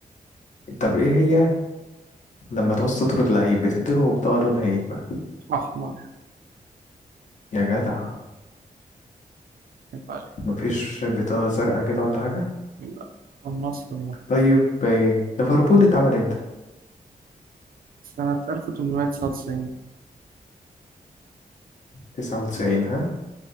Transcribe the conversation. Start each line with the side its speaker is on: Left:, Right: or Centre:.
Left: طب ايه هي لما تعوز تطرد لعيب بتديله بطاقة لونها ايه بقى
Right: أحمر
Left: يا جدع
Right: يبقى عليك
Left: مفيش بطاقة زرقاء كده ولا حاجة
Right: لا، النصر
Left: طيب آه، ليفربول اتعمل امتى
Right: سنة 1899
Left: 99 ها